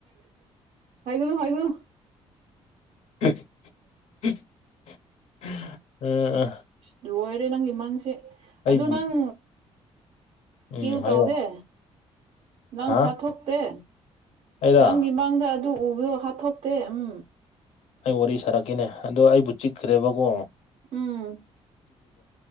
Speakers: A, on the right; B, on the left.
A: ꯍꯥꯏꯒꯅꯣ ꯍꯥꯏꯒ
B: ꯎ <unintelligible> ꯎ ꯑ <unintelligible>
A: ꯂꯣꯏꯔꯦ ꯅꯪꯒꯤ ꯏ ꯃꯥꯡꯁꯦ
B: ꯑꯩꯕꯨ
A: ꯑꯗꯨ ꯅꯪ
B: ꯎꯝ
A: ꯀ꯭ꯌꯨ
B: ꯍꯥꯏꯌꯣ
A: ꯇꯧꯗꯦ ꯅꯪ
B: ꯍꯥ
A: ꯍꯥꯠꯇꯣꯛꯇꯦ
B: ꯑꯩꯔ
A: ꯅꯪꯒꯤ ꯃꯥꯡ ꯈꯪꯗ ꯑꯗꯨ ꯎꯕꯗꯣ ꯍꯥꯠꯇꯣꯛꯇꯦ ꯎꯝ
B: ꯑꯩ ꯋꯥꯔꯤ ꯁꯥꯔꯛꯀꯦꯅꯦ ꯑꯗꯣ ꯑꯩꯕꯨ ꯆꯤꯛꯈ꯭ꯔꯦꯕꯀꯣ
A: ꯎꯝ